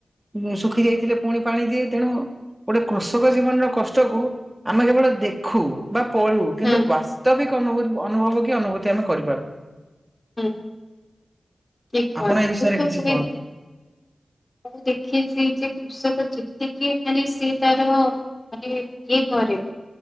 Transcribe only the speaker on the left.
ହୁଁ
ହୁଁ ଠିକ୍ ପଏଣ୍ଟ
କିନ୍ତୁ
ପୁଣି
ମୁଁ ଦେଖିଚି ଯେ କୃଷକ ଯେତିକି ମାନେ ସେ ତାର ମାନେ ଇଏ କରେ